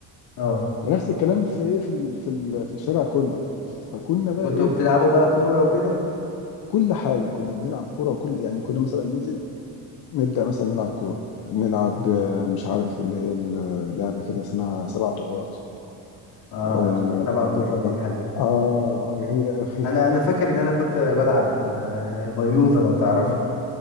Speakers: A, on the left; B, on the left.
A: اه
B: مم. ونفس الكلام في ايه في ال- في ال- في الشارع كله فكنا بقى
A: كنتوا
B: ايه
A: بتلعبوا بقى كورة وكده
B: كل حاجه كنا بنلعب كوره وكل يعني كنا مثلا ننزل نبدا مثلا نلعب كوره نلعب آه، مش عارف اللي هي اللعبه كده اسمها سبع طوبات
A: اه
B: آه،
A: طبعا طوبة دي حلوة
B: اه اه جميلة قوي
A: انا انا فاكر ان انا كنت بلعب آه، بيوضه لو تعرفها